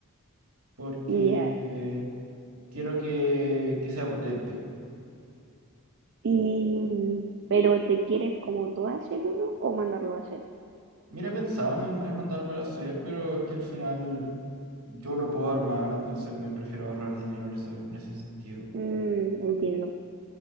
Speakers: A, on the right; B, on the right.
A: porque
B: Ya.
A: quiero que, que sea potente.
B: Y, mm, pero ¿te quieres como tú hacer uno o mandarlo a hacer?
A: Mira, pensaba en en mandármelo a hacer, pero es que al final yo lo puedo armar, entonces me prefiero ahorrar dinero en eso, en ese sentido.
B: Mm, entiendo.